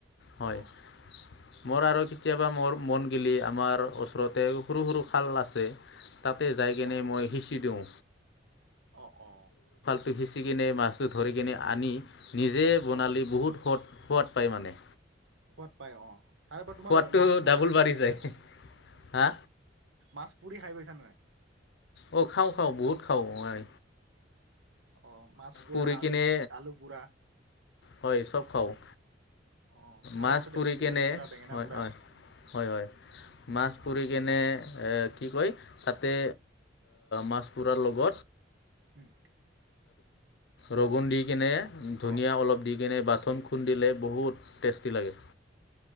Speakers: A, on the left; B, on the right.
A: হয়,
B: অ',
A: মোৰ।
B: অ',
A: আৰু কেতিয়াবা মোৰ মন গে'লে, আমাৰ ওচৰতে সৰু সৰু খাল আছে। তাতে যাই কেনে
B: অ', অ',
A: মই সিঁচি দিওঁ।
B: অ অ
A: তো, সিচি কিনে মাছটো ধৰি কিনে আনি নিজে বনালে,
B: অ'।
A: বহুত সোৱাদ সোৱাদ পায়, মানে।
B: সোৱাদ পায় অ', তাৰে পৰা, তোমাৰ
A: সোৱাদটো
B: মাছ পোৰা
A: ডাবুল
B: খাইছা
A: বাঢ়ি
B: নেকি,
A: যায়
B: নাই আক অ',
A: হা
B: মাছ পুৰি খাই পাইছা, নাই?
A: অঁ, খাওঁ, খাওঁ বহুত খাওঁ মই।
B: অ', মাছ পোৰা,
A: পুৰি কিনে
B: আলু পোৰা।
A: হয়, চব খাওঁ।
B: অ আৰু
A: মাছ
B: আছে দেচোন
A: পুৰি
B: বিলাহী
A: কেনে
B: পুৰা বেঙেনা
A: হয়,
B: পুৰা
A: হয়। হয়, হয়, মাছ পুৰি
B: অ
A: কেনে কি কয়? তাতে মাছ পুৰাৰ লগত
B: উম',
A: ৰগুন দি কিনে, ধুনীয়া
B: অ
A: অলপ দি কিনে, বাথন
B: উম
A: খুন্দিলে বহুত। টেষ্টি লাগে।